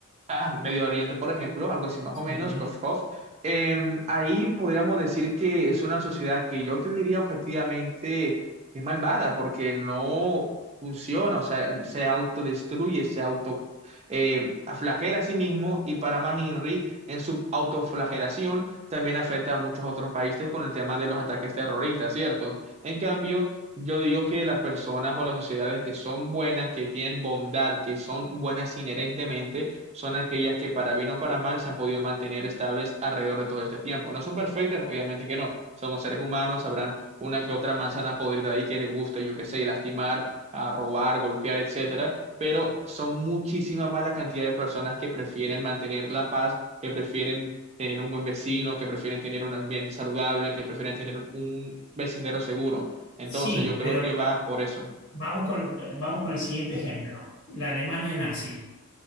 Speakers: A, on the right; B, on the left.
A: Ah, Medio Oriente, por ejemplo, algo así más o menos,
B: Sí,
A: cof, cof. Em, ahí podríamos decir que es una sociedad que yo te diría objetivamente es malvada porque no funciona, o sea, se autodestruye, se auto em, flagela a sí mismo y para más Henry, en su autoflagelación también afecta a muchos otros países con el tema de los ataques terroristas, ¿cierto? En cambio, yo digo que las personas o las sociedades que son buenas, que tienen bondad, que son buenas inherentemente, son aquellas que para bien o para mal se han podido mantener estables alrededor de todo este tiempo. No son perfectas, obviamente que no. Somos seres humanos, habrán una que otra manzana podrida ahí que le guste, yo qué sé, lastimar, a robar, golpear, etcétera. Pero son muchísima más la cantidad de personas que prefieren mantener la paz, que prefieren tener un buen vecino, que prefieren tener un ambiente saludable, que prefieren tener un vecindario seguro. Entonces,
B: Sí,
A: yo creo
B: pero
A: que va por eso.
B: vamos con, vamos con el siguiente ejemplo, la Alemania nazi.